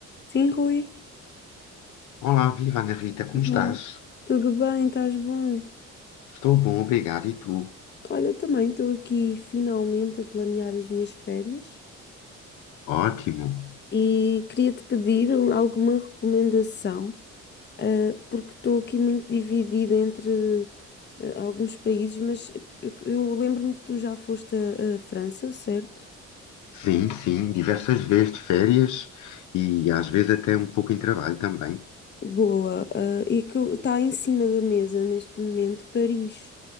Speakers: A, on the left; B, on the left.
A: Sim, Rui.
B: Olá, viva Ana Rita, como
A: Olá,
B: estás?
A: tudo bem? Estás bom?
B: Estou bom, obrigado. E tu?
A: Olha, também estou aqui finalmente a planear as minhas férias
B: Ótimo.
A: e queria-te pedir um- alguma recomendação, ah, porque estou aqui muito dividida entre ah, alguns países, mas eu, eu lembro-me que tu já foste à à França, certo?
B: Sim, sim, diversas vezes de férias e às vezes até um pouco em trabalho também.
A: Boa. ah, e que está em cima da mesa neste momento Paris.